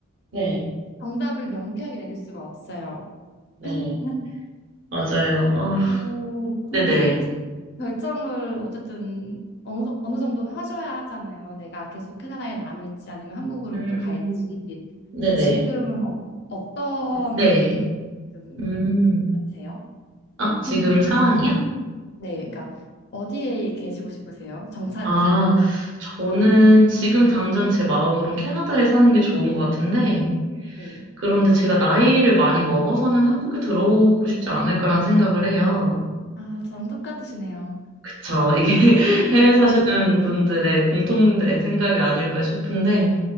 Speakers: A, on the right; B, on the left.
A: 네,
B: 정답을 명쾌하게 내릴 수가 없어요.
A: 네.
B: <laughs>
A: 맞아요.
B: 그래도
A: 아,
B: 굳이
A: 네네.
B: 결정을 어쨌든 어느, 정- 어느 정도는 하셔야 하잖아요. 내가 계속 캐나다에 남을지 아니면 한국으로
A: 음,
B: 그래도 갈지.
A: 네네.
B: 그럼 지금은 어, 어떤
A: 네.
B: 좀
A: 음,
B: 세요?
A: 아, 지금
B: <clears throat>
A: 상황이요?
B: 네, 그러니까 어디에 계시고 싶으세요? 정착을?
A: 아, 저는 지금 당장 제 마음으론 캐나다에 사는 게 좋은 것 같은데,
B: 네.
A: 그런데 제가 나이를 많이 먹어서는 한국에 들어오고 싶지 않을까라는 생각을 해요.
B: 아, 저랑 똑같으시네요.
A: 그쵸. 이게 <laughs> 해외
B: 네,
A: 사시는 분들의 공통된 생각이 아닐까 싶은데,